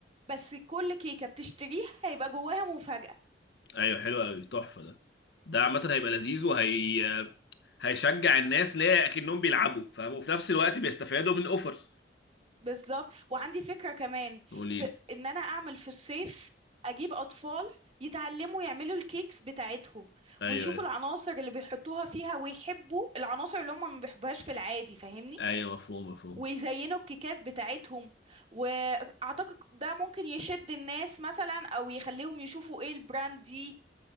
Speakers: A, on the right; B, on the left.
A: بس كل كيكة بتشتريها هيبقى جواها مفاجأة
B: أيوه حلو قوي تحفة ده ده عامة هيبقى لذيذ وهي هيشجع الناس ليه أكنهم بيلعبوا فاهم وفي نفس الوقت بيستفادوا من أوفرز
A: بالظبط وعندي فكرة كمان
B: قولي
A: في
B: لي
A: ان انا اعمل في الصيف اجيب اطفال يتعلموا يعملوا الكيكس بتاعتهم
B: ايوه
A: ويشوفوا
B: أيوه.
A: العناصر اللي بيحطوها فيها ويحبوا العناصر اللي هم ما بيحبوهاش في العادي فاهمني
B: ايوه مفهوم مفهوم
A: ويزينوا الكيكات بتاعتهم واعتقد ده ممكن يشد الناس مثلا او يخليهم يشوفوا ايه البراند دي